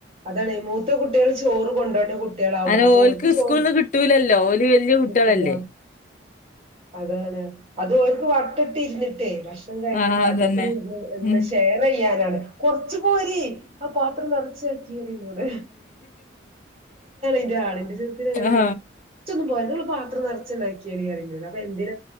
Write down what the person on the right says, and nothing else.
അതാണ് മൂത്ത കുട്ടികൾ ചോറ് കൊണ്ടോണ്ട കുട്ടളാവും
അപ്പൊ
ചോറ്കിട്ടുല
അതാണ് അത് വട്ടട്ടി ഇരുന്നിട്ടേ ഭക്ഷണം കഴിക്കുമ്പോ
വട്ടത്തിൽഇരുന്ന്
ഷയർ ചെയ്യാ കുറച്ച പോ രേആ പാത്രം നിറച്ചക്കിവെക്കിപറിന്നോട് ഇതാണ്ന്റെ ആടിന്റെത്തിൊന്ന
പോലുള്ള പത്രം നിറച്ചുണ്ടാക്കി അപ്പ എന്തിന